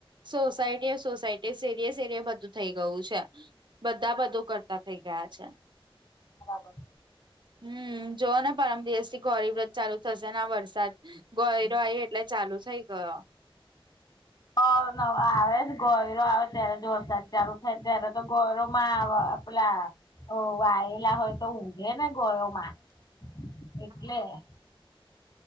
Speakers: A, on the right; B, on the left.
A: સોસાયટી સોસાયટી સેરીિ સ એરીિય બધું થઇ ગયું છે. બધા બધું કરતા થઇ ગયા છે.
B: રારાબ
A: હમ જોઓ ને પરમ દિવસ થી ગોરી વ્રત ચાલુ થશે ના વરસાદ ગયરોય એટલે ચાલુ થઇ ગયો.
B: હ ન આવે ગોયરો આવે ત્યારે જોરસાજ ચાલુ થાયને ત્યારે તો ગોયરો માં આવે પલા વાયલા હોય, તો ઊઘે ને ગયોમા
A: <unintelligible>
B: એટલે